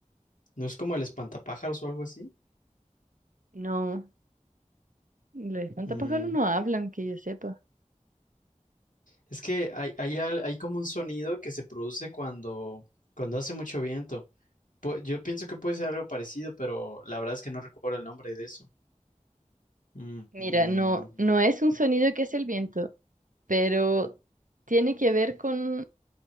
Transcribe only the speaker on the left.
¿No es como el espantapájaros o algo así?
Mm,
Es que hay, hay al- hay como un sonido que se produce cuando, cuando hace mucho viento. Pu- yo pienso que puede ser algo parecido, pero la verdad es que no recuerdo el nombre de eso. Mm,
mm,